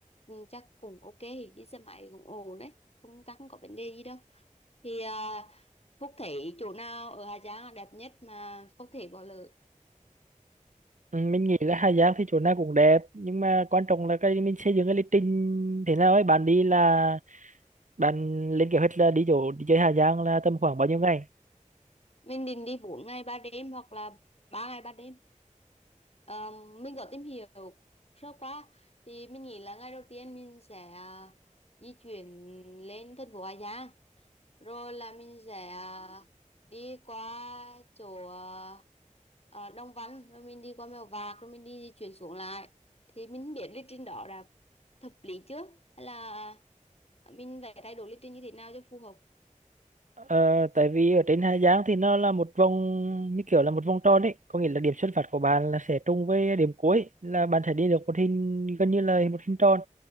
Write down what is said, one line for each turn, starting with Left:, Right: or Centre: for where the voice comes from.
Left: ừ, chắc cũng ok đi xe máy cũng ổn đấy không chắc không có vấn đề gì đâu thì à, Phúc thấy chỗ nào ở Hà Giang là đẹp nhất mà phúc thể bỏ lỡ
Right: Ừ, mình nghĩ là Hà Giang thì chỗ nào cũng đẹp nhưng mà quan trọng là cái mình xây dựng cái lịch trình thế nào ấy bạn đi là bạn lên kế hoạch là đi chỗ đi chơi Hà Giang là tầm khoảng bao nhiêu ngày
Left: Mình định đi 4 ngày 3 đêm hoặc là 3 ngày 3 đêm. Ờ, mình có tìm hiểu sơ qua thì mình nghĩ là ngày đầu tiên mình sẽ à, di chuyển lên thành phố Hà Giang rồi là mình sẽ à, đi qua chỗ à, à, Đông Văn rồi mình đi qua Mèo Vạc rồi mình đi di chuyển xuống lại thì mình không biết lịch trình đó là hợp lý chưa hay là mình phải thay đổi lịch trình như thế nào cho phù hợp
Right: ờ, tại vì ở trên Hà Giang thì nó là một vòng như kiểu là một vòng tròn đấy có nghĩa là điểm xuất phát của bạn là sẽ trùng với điểm cuối là bạn sẽ đi được một hình gần như là một hình tròn